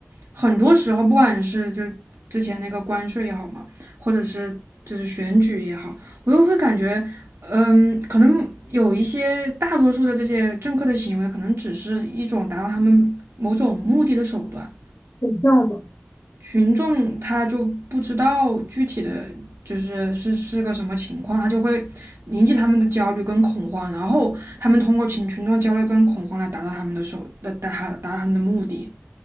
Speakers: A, on the right (about 75°); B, on the left (about 85°).
A: 很多时候，不管是就之前那个关税也好嘛，或者是就是选举也好，我又会感觉，嗯，可能有一些大多数的这些政客的行为，可能只是一种达到他们某种目的的手段。
B: 股票嘛，
A: 群众他就不知道具体的就是是是个什么情况，他就会引起他们的焦虑跟恐慌，然后他们通过群群众的焦虑跟恐慌来达到他们的手达达达到他们的目的。